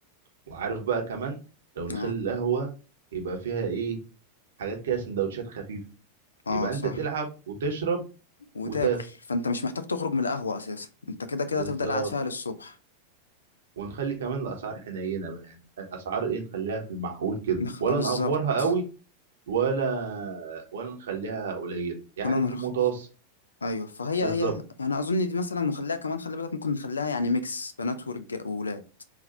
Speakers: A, on the right; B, on the left.
A: وعارف بقى كمان لو نخلي
B: اه
A: القهوة يبقى فيها ايه حاجات كده سندوتشات خفيفة
B: اه
A: يبقى
B: صح
A: انت تلعب وتشرب
B: وتاكل
A: وتاكل
B: فانت مش محتاج تخرج من القهوة اساسا انت كده كده
A: بالظبط
B: هتفضل قاعد فيها للصبح
A: ونخلي كمان الاسعار حنينة بقى يعني اسعار ايه نخليها في المعقول كده
B: نخ...
A: ولا
B: اه بالظبط
A: نأفورها قوي ولا ولا نخليها قليلة يعني
B: ولا نرخص
A: في المتوسط
B: ايوه فهي
A: بالظبط
B: هي يعني اظن دي مثلا نخليها كمان خلي بالك ممكن نخليها يعني ميكس بنات ورجال وولاد